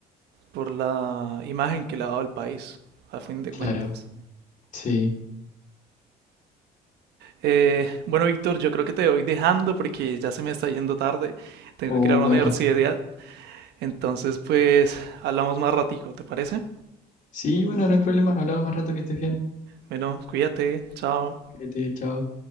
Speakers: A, on the right; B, on the left.
A: por la imagen que le ha dado al país, al fin de
B: Claro,
A: cuentas.
B: sí.
A: Eh, bueno, Víctor, yo creo que te voy dejando porque ya se me está yendo tarde. Tengo
B: O
A: que ir a la
B: bueno,
A: universidad. Entonces, pues, hablamos más ratico, ¿te parece?
B: sí, bueno, no hay problema. Hablamos más rato que estés bien.
A: Bueno, cuídate, chao.
B: Cuídate, chao.